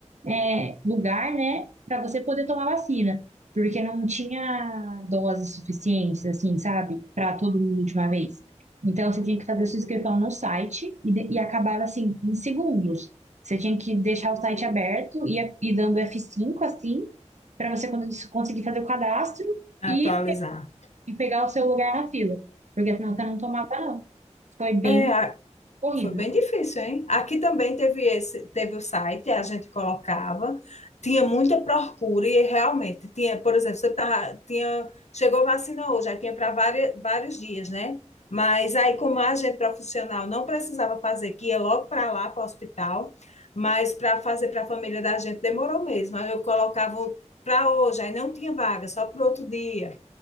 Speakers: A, on the right; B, on the left.
A: é, lugar, né, para você poder tomar vacina, porque não tinha doses suficientes, assim, sabe, para todo mundo de uma vez. Então, você tinha que fazer sua inscrição no site e, de- e acabava, assim, em segundos. Você tinha que deixar o site aberto e a- e dando f cinco assim, para você quando isso- conseguir fazer o cadastro
B: atualizar.
A: e, e pegar o seu lugar na fila, porque senão você não tomava, não. Foi bem
B: É,
A: corrido.
B: Foi bem difícil, hein? Aqui também teve esse, teve o site, a gente colocava, tinha muita procura e realmente tinha, por exemplo, você tá tinha, chegou vacina hoje, aí tinha para vários dias, né? Mas aí, como a gente profissional não precisava fazer, que ia logo para lá, para o hospital, mas para fazer para a família da gente demorou mesmo. Aí eu colocava para hoje, aí não tinha vaga, só para outro dia,